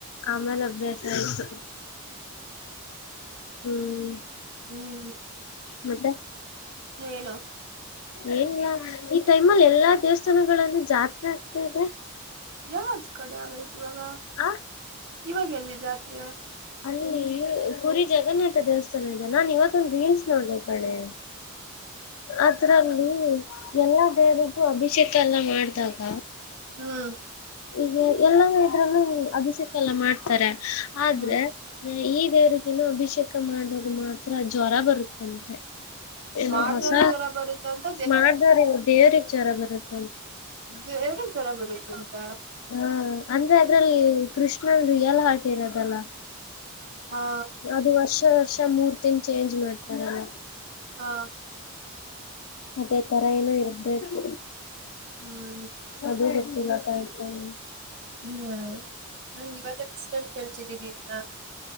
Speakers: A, on the left; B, on the right.
A: ಆಮೇಲೆ ಅಭ್ಯಾಸ ಆಯ್ತು ಹ್ಮ್
B: ಹ್ಮ್
A: ಮತ್ತೆ
B: ಹೇಳು
A: ಏನಿಲ್ಲ ಈ ಟೈಮಲ್ಲಿ ಎಲ್ಲಾ ದೇವಸ್ಥಾನಗಳಲ್ಲೂ ಜಾತ್ರೆ ಆಗ್ತಾ ಇದೆ
B: ಯಾವ ಕಡೆ ಆಗೈತ್ ಇವಾಗ
A: ಆ
B: ಇವಾಗ ಎಲ್ಲಿ ಜಾತ್ರೆ
A: ಅಲ್ಲಿ ಪುರಿಜಗನ್ನಾಥ ದೇವಸ್ಥಾನ ಇದೆ ನಾನ್ ಇವತ್ತೊಂದು ರೀಲ್ಸ್ ನೋಡಿದೆ ಕಣೆ ಅದ್ರಲ್ಲಿ ಎಲ್ಲಾ ದೇವ್ರು ಅಭಿಷೇಕ ಎಲ್ಲ ಮಾಡಿದಾಗ
B: ಹ್ಮ್
A: ಈಗ ಎಲ್ಲ ಅಲ್ಲು ಅಭಿಷೆಕ್ಕೆ ಎಲ್ಲ ಮಾಡ್ತಾರೆ ಆದ್ರೆ
B: ಹ್ಮ್
A: ಈ ದೇವ್ರಗನು ಅಭಿಷೇಕ ಮಾಡ್ದಾಗ ಮಾತ್ರ ಜ್ವರ ಬರುತ್ತಂತೆ ಏ
B: ಮಾಡ್ದವ್ರಗ್
A: ಹೊಸ
B: ಜ್ವರ ಬರುತ್ತ ಅಂತ
A: ಮಾಡ್ದಾರ ದೇವರಿಗೆ ಜ್ವರ ಬರುತ್ತ
B: ದೇವರಿಗೆ ಜ್ವರ ಬರುತ್ತಂತ
A: ಹಾ ಅಂದ್ರೆ ಅದ್ರಲ್ಲಿ ಕೃಷ್ಣನ್ ರಿಯಲ್ ಹಾರ್ಟ್ ಇರೋದಲ್ಲ
B: ಹಾ
A: ಅದು ವರ್ಷ ವರ್ಷ ಮೂರ್ತಿನ ಚೇಂಜ್ ಮಾಡ್ತಾರಲ್ಲ
B: ಹಾ
A: ಅದೇ ತರ ಏನೋ ಇರ್ಬೇಕು
B: ಹ್ಮ್
A: ಅದು ಗೊತ್ತಿಲ್ಲ ಅಕ್ಕ <inaudible>
B: ಹ್ಮ್ ನನಗೆ ಇವತ್ತೆ ಫಸ್ಟ್ ಟೈಮ್ ಕೇಳ್ತಿದೀನಿ ಇದ್ನ